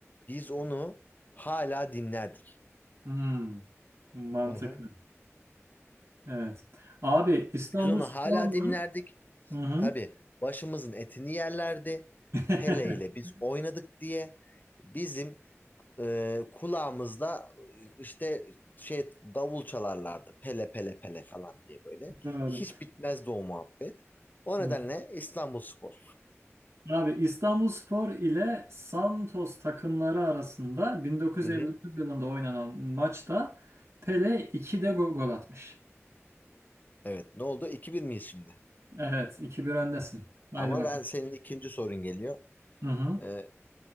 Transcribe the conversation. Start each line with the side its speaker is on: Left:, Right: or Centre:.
Left: Biz onu hala dinlerdik.
Right: Hmm. Mantıklı.
Left: Hı hı.
Right: Evet. Abi İstanbul
Left: Biz onu
Right: Spor'la
Left: hala dinlerdik.
Right: Hı hı.
Left: Tabii başımızın etini yerlerdi.
Right: <laughs>
Left: Pele ile biz oynadık diye bizim e, kulağımızda işte şey davul çalarlardı pele pele pele falan diye böyle.
Right: Doğru.
Left: Hiç bitmezdi o muhabbet. O
Right: Hı.
Left: nedenle İstanbulspor.
Right: Abi İstanbul Spor ile Santos takımları arasında 1959
Left: Hı hı.
Right: yılında oynanan maçta Pele 2'de go- gol atmış.
Left: Evet ne oldu? 2 bir miyiz şimdi?
Right: Evet, iki bir öndesin. Haydi
Left: Ama
Right: bakalım.
Left: ben senin ikinci sorun geliyor.
Right: Hı hı.
Left: Ee,